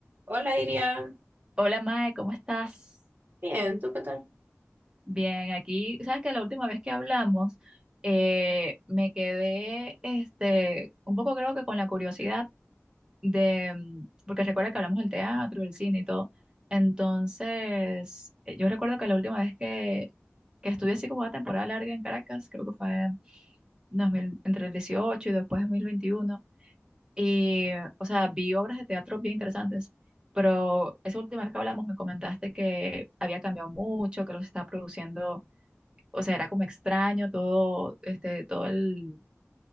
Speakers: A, on the right; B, on the right.
A: Hola, Iria.
B: Hola Mae, ¿cómo estás?
A: Bien, ¿tú qué tal?
B: Bien, aquí, sabes que la última vez que hablamos eh, me quedé este, un poco creo que con la curiosidad de, mm, porque recuerda que hablamos del teatro, del cine y todo. Entonces, eh, yo recuerdo que la última vez que, que estuve así como una temporada larga en Caracas, creo que fue en 2000 entre el 18 y después 2021. Y, o sea, vi obras de teatro bien interesantes, pero esa última vez que hablamos me comentaste que había cambiado mucho, que los estaba produciendo, o sea, era como extraño todo, este, todo el,